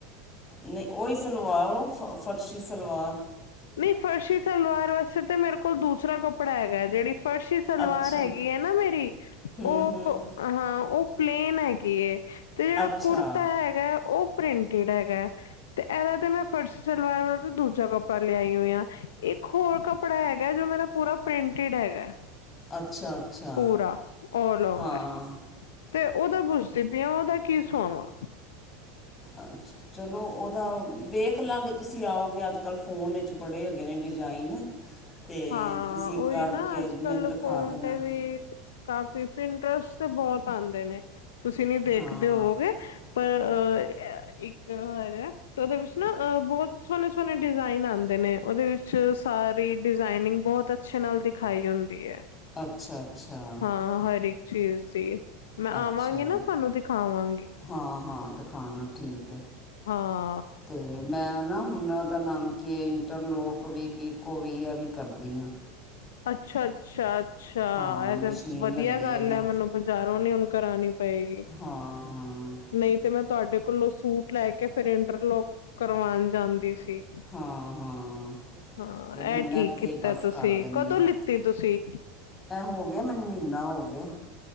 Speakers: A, on the left; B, on the left.
A: ਨਹੀਂ ਉਹੀ ਸਲਵਾਔ ਉਹ ਫ ਫਰਸ਼ੀ ਸਲਵਾਰ।
B: ਨਈ ਫਰਸ਼ੀ ਸਲਵਾਰ ਵਾਸਤੇ ਤਾਂ ਮੇਰੇ ਕੋਲ ਦੂਸਰਾ ਕੱਪੜਾ ਹੈਗਾ ਐ, ਜਿਹੜੀ ਫਰਸ਼ੀ ਸਲਵਾਰ
A: ਅੱਛਾ
B: ਹੈਗੀ ਐਂ ਨਾ ਮੇਰੀ,
A: ਹੂੰ
B: ਉਹ
A: ਹੂੰ
B: ਹਾਂ ਉਹ ਪਲੇਨ ਹੈਗੀ ਐ। ਤੇ ਜਿਹੜਾ
A: ਅੱਛਾ
B: ਕੁੜਤਾ ਹੈਗਾ ਐ, ਉਹ ਪ੍ਰਿੰਟਿਡ ਹੈਗਾ ਐ, ਤੇ ਇਹਦਾ ਤੇ ਮੈਂ ਫਰਸ਼ ਸਲਵਾਰ ਵਾਲ ਤੇ ਦੂਜਾ ਕੱਪ ੜਾ ਲਿਆਈ ਹੋਈ ਆ, ਇੱਕ ਹੋਰ ਕੱਪੜਾ ਹੈਗਾ ਜੋ ਮੇਰਾ ਪੂਰਾ ਪ੍ਰਿੰਟਡ ਹੈਗਾ।
A: ਅੱਛਾ- ਅੱਛਾ।
B: ਪੂਰਾ ਉਲਓਵਰ,
A: ਹਾਂ
B: ਤੇ ਉਹਦਾ ਪੁਛਦੀ ਪਈ ਆ ਉਹਦਾ ਕੀ ਸੁਆਵਾਂ?
A: ਅੱਛਾ। ਚਲੋਂ ਉਹਦਾ ਵੇਖ ਲਾਂਗੇ, ਤੁਸੀਂ ਆਓਗੇ ਅੱਜ ਕੱਲ ਫੋਨ ਵਿੱਚ ਬੜੇ ਹੈਗੇ ਨੇ ਡਿਜ਼ਾਇਨ। <inaudible>
B: ਹਾਂ,
A: ਤੁਸੀਂ
B: ਉਹੀ
A: ਕੱਢ
B: ਨਾ
A: ਕੇ
B: ਅੱਜ
A: ਮੈਨੂੰ
B: ਕੱਲ
A: ਦਿਖਾ
B: ਫੋਨ
A: ਦੇਣਾ
B: ਤੇ ਵੀ ਕਾਫ਼ੀ ਪਿੰਟਰਸਟ ਤੇ ਬਹੁਤ ਆਉਂਦੇ ਨੇ, ਤੁਸੀਂ ਨੀ ਦੇਖਦੇ
A: ਹਾਂ
B: ਹੋਵੋਗੇ।
A: <inaudible>
B: ਆ ਹ ਇੱਕ ਓ ਹੈਗਾ। ਤੇ ਉਹਦੇ ਵਿੱਚ ਨਾ ਅ ਬਹੁਤ ਸੋਹਣੇ- ਸੋਹਣੇ ਡਿਜ਼ਾਇਨ ਆਉਂਦੇ ਨੇ, ਉਹਦੇ ਵਿੱਚ ਸਾਰੇ ਈ ਡਿਜ਼ਾਇਨਿੰਗ ਬਹੁਤ ਅੱਛੇ ਨਾਲ ਦਿਖਾਈ ਹੁੰਦੀ ਐ।
A: ਅੱਛਾ- ਅੱਛਾ।
B: ਹਾਂ ਹਰ ਇੱਕ ਚੀਜ਼ ਦੀ, ਮੈਂ
A: ਅੱਛਾ
B: ਆਵਾਂਗੀ ਨਾ ਤੁਹਾਨੂੰ ਦਿਖਾਵਾਂਗੀ।
A: ਹਾਂ- ਹਾਂ, ਦ ਖਾਣਾ ਠੀਕ ਹੈ
B: ਹਾਂ
A: ਤੇ ਮੈਂ ਨਾ ਹੁਣ ਉਹ ਦਾ ਨਾਮ ਕਿ ਇੰਟਰਲੋਕ ਵੀ, ਪੀਕੋ ਵੀ, ਆ ਵੀ ਕਰਦੀ ਹਾਂ।
B: ਅੱਛਾ-ਅੱਛਾ, ਅੱਛਾ
A: ਹਾਂ
B: ਇਹ
A: ਮਸ਼ੀਨ
B: ਤੇ ਵਧੀਆ
A: ਲੈ ਲਈ
B: ਗੱਲ
A: ਮੈਂ
B: ਹੈ ਮੈਨੂੰ ਬਾਜ਼ਾਰੋਂ ਨੀ ਹੁਣ ਕਰਾਉਣੀ ਪਏਗੀ
A: ਹਾਂ ਹਾਂ
B: ਨਹੀਂ ਤੇ ਮੈਂ ਤੁਹਾਡੇ ਕੋਲੋਂ ਸੂਟ ਲੈ ਕੇ ਫੇਰ ਇੰਟਰਲੋਕ ਕਰਵਾਉਣ ਜਾਂਦੀ ਸੀ।
A: ਹਾਂ ਹਾਂ
B: ਹਾਂ
A: ਅਤੇ ਹੁਣ
B: ਇਹ ਠੀਕ
A: ਇੱਥੇ
B: ਕੀਤਾ
A: ਹੀ ਬਸ
B: ਤੁਸੀਂ,
A: ਕਰ ਦਿੰਦੀ
B: ਕਦੋਂ
A: ਹਾਂ
B: ਲਿੱਤੀ ਤੁਸੀਂ।
A: ਇਹ ਹੋ ਗਿਆ ਮੈਨੂੰ ਮਹੀਨਾ ਹੋ ਗਿਆ।